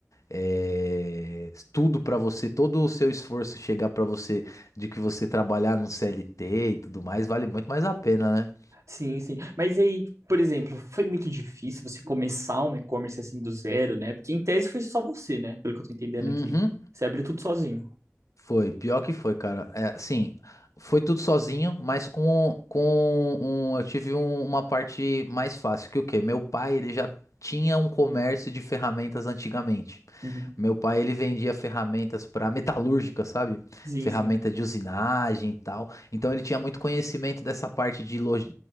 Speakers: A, on the left (about 75°); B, on the right (about 65°).
A: é, tudo pra você, todo o seu esforço chegar pra você de que você trabalhar no CLT e tudo mais, vale muito mais a pena, né?
B: Sim, sim. Mas aí, por exemplo, foi muito difícil você começar um e-commerce assim do zero, né? Porque em tese foi só você, né? Pelo que eu tô entendendo
A: Uhum.
B: aqui. Você abriu tudo sozinho.
A: Foi, pior que foi, cara. É, sim, foi tudo sozinho, mas com, com um, eu tive um- uma parte mais fácil, que o quê? Meu pai, ele já tinha um comércio de ferramentas antigamente.
B: Uhum.
A: Meu pai, ele vendia ferramentas para metalúrgica, sabe?
B: Sim,
A: Ferramenta
B: sim.
A: de usinagem e tal. Então ele tinha muito conhecimento dessa parte de, loja,